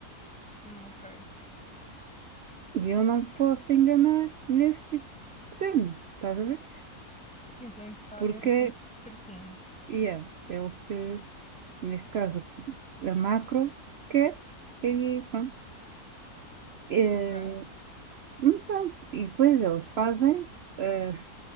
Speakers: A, in the centre; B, on the right (about 60°).
A: hum, ok.
B: E eu não posso enganar nesse tipo de cena, estás a ver?
A: Sim, tem que estar
B: Porque
A: mesmo sempre tudo certinho.
B: yeah, é o que, neste caso, a macro quer, e pronto. eh,
A: Ok?
B: Mas pronto, E depois eles fazem, eh,